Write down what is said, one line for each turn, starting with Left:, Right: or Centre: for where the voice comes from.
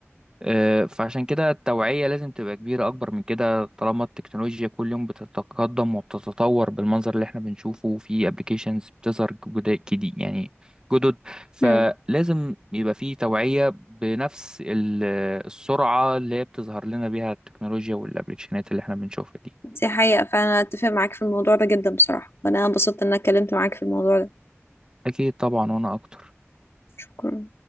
Right: آه، فعشان كده التوعية لازم تبقى كبيرة أكبر من كده طالما التكنولوجيا كل يوم بتتقدم وبتتطور بالمنظر اللي احنا بنشوفه في ابلكيشنز بتظهر جدا- جديد يعني جدد فلازم
Left: امم
Right: يبقى في توعية بنفس ال- السرعة اللي هي بتظهر لنا بيها التكنولوجيا والابلكيشنات اللي احنا بنشوفها دي
Left: دي حقيقة فأنا أتفق معاك في الموضوع ده جدا بصراحة وأنا انبسطت إن أنا اتكلمت معاك في الموضوع ده
Right: أكيد طبعا وأنا أكتر
Left: شكرا